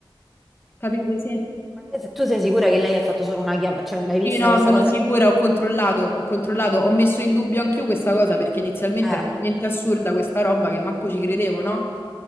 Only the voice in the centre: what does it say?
Ma te se- tu sei sicura che lei ha fatto solo una chiamata? Cioè, l'hai vista
questa
cosa?
Eh,